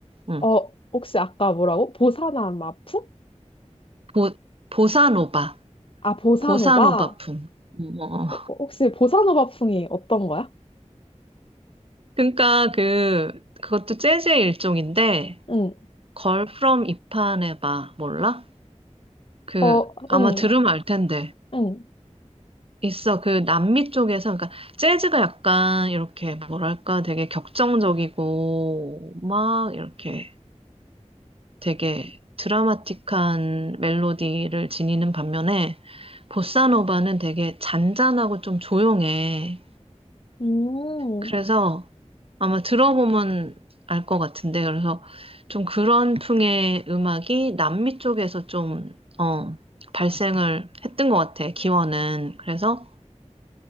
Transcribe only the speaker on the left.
어, 혹시 아까 뭐라고? 보사나 마풍?
아, 보사노바?
어, 어, 혹시 보사노바 풍이 어떤 거야?
응,
어,
응,
응,
음,